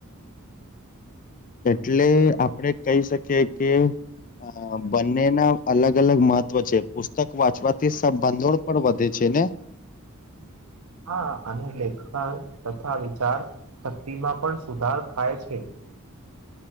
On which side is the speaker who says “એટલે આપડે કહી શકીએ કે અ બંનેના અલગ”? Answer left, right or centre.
Left